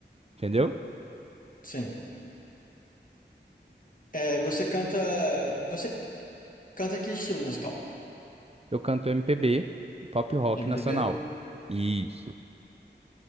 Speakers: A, on the right; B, on the left.
A: entendeu?
B: sim. É, você canta. Você canta que estilo musical?
A: Eu canto MPB, pop rock
B: MPB?
A: nacional. Isso.